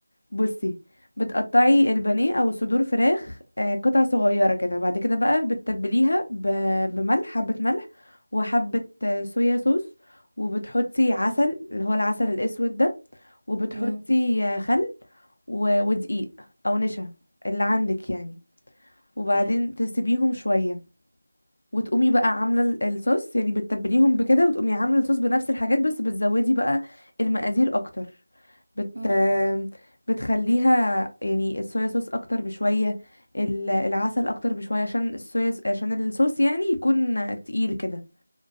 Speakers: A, on the left; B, on the right.
A: بصي بتقطعي البانيه او صدور فراخ آه، قطع صغيره كده بعد كده بقى بتتبليها ب- بملح حبه ملح وحبه آه، صويا صوص وبتحطي عسل اللي هو العسل الاسود ده وبتحطي
B: امم
A: آه، خل و- ودقيق او نشا اللي عندك يعني وبعدين
B: اوكي
A: تسيبيهم شويه وتقومي بقى عامله ال- الصوص يعني بتتبليهم بكده وتقومي عامله الصوص بنفس الحاجات بس بتزودي بقى المقادير اكتر بت
B: امم
A: بتخليها يعني الصويا صوص اكتر بشويه ال- العسل اكتر بشويه عشان الصويا عشان الصوص يعني يكون تقيل كده